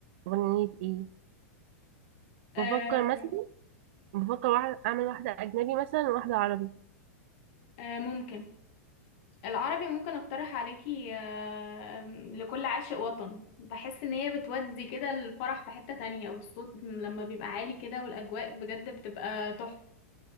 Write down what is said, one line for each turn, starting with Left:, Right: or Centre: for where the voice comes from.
Right: اغنية ايه
Left: آه
Right: بفكر مثلا بفكر واحد اعمل واحدة اجنبي مثلا وواحدة عربي
Left: آه ممكن العربي ممكن اقترح عليكي آه لكل عاشق وطن بحس ان هي بتودي كده الفرح في حتة تانية والصوت لما بيبقى عالي كده والاجواء بجد بتبقى تحفة